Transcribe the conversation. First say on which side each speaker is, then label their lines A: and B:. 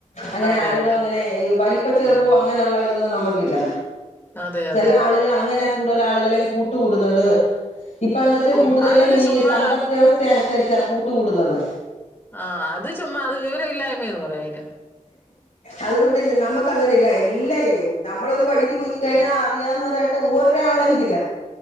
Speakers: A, on the left; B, on the left.
A: അങ്ങനെ
B: അതെ
A: ആരോടും
B: അതെ
A: അങ്ങനെ വലിപ്പ ചെറുപ്പോ
B: ഉം
A: അങ്ങനെ ഉള്ള ഇതൊന്നും നമ്മക്കില്ല
B: അതെ
A: ചെല
B: അതെ
A: ആളുകൾ അങ്ങനെ കൂ കൂടുതൽ ആളുകളെയും കൂട്ടുകൂടുന്നത് ഇപ്പം എന്ന് വെച്ചാ
B: ഓ
A: കൂടുതലും
B: അതൊക്കെ
A: ഈ
B: ചുമ്മാ
A: സമ്പത്ത് വ്യവസ്ഥ അനുസരിച്ച കൂട്ട് കൂടുന്നത്
B: ആ അത് ചുമ്മാ അത് വിവര ഇല്ലായ്മേന്ന് പറയും അയിനെ
A: അതുകൊണ്ട് നമ്മക്ക് അങ്ങനെ ഇല്ലാ എൽ എല്ലരെയും നമ്മൾ ഒരു വഴിക്ക് പോയി കഴിഞ്ഞാ അറിയാവുന്നവരായിട്ട് ഒരാളെങ്കില്